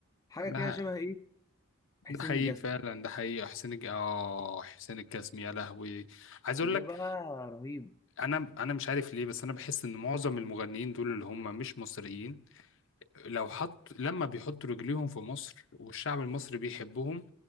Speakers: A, on the left (about 15°); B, on the left (about 60°).
A: حاجه
B: ده
A: كده شبه ايه حسين
B: ده حقيقي
A: الجسمي
B: فعلا ده حقيقي حسين الج... اه حسين الجسمي يا لهوي عايز اقول
A: ده
B: لك
A: بقى رهيب
B: انا انا مش عارف ليه بس انا بحس ان معظم المغنيين دول اللي هم مش مصريين لو حط لما بيحطوا رجليهم في مصر والشعب المصري بيحبهم